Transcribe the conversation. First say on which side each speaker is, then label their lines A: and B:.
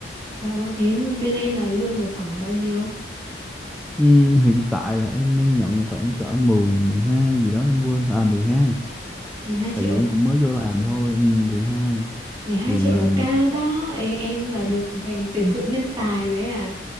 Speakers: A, on the right; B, in the centre.
A: Trời ơi thế bên em là lương được khoảng bao nhiêu?
B: Ừm, hiện tại là em đang nhận khoảng cỡ mười mười hai gì đó em quên à mười hai
A: mười hai
B: tại
A: triệu
B: vì em cũng mới vô làm thôi Ừm, 12
A: mười hai
B: thì
A: triệu là cao
B: <laughs>
A: đó Ê, em là được thành tuyển dụng nhân tài đấy à